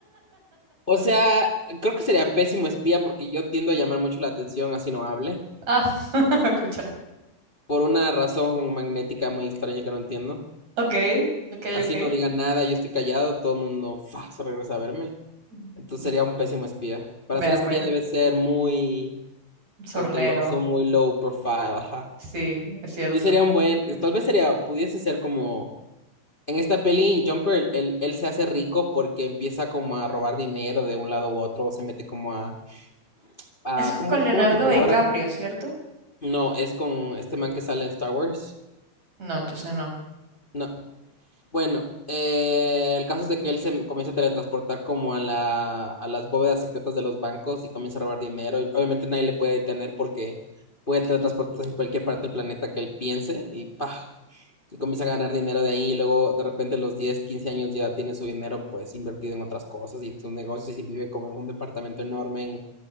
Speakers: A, on the left; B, on the right.
A: O sea, creo que sería pésimo espía porque yo tiendo a llamar mucho la atención así no hable.
B: Ah, <laughs> pucha.
A: Por una razón magnética muy extraña que no entiendo.
B: Ok, ok,
A: Así
B: ok.
A: no diga nada, yo estoy callado, todo el mundo fa, se regresa a verme.
B: Ujú.
A: Entonces sería un pésimo espía. Para
B: Vea
A: ser espía
B: pues,
A: debes ser muy
B: Sornero.
A: cauteloso, muy low profile, ajá.
B: Sí, es cierto.
A: Yo sería un buen, tal vez sería, pudiese ser como, en esta peli, en Jumper, él, él- él se hace rico porque empieza como a robar dinero de un lado u otro, o se mete como a, a
B: Eso es
A: ¿cómo,
B: con Leonardo
A: cómo es la palabra?
B: DiCaprio, ¿cierto?
A: No, es con este man que sale en Star Wars.
B: No, entonces no.
A: No. Bueno, eh, el caso es de que él se comienza a teletransportar como a la, a las bóvedas secretas de los bancos y comienza a robar dinero. Y obviamente nadie le puede detener porque puede teletransportarse en cualquier parte del planeta que él piense y ¡pah! Y comienza a ganar dinero de ahí. Y luego de repente a los 10, 15 años ya tiene su dinero pues invertido en otras cosas y sus negocios y vive como en un departamento enorme en,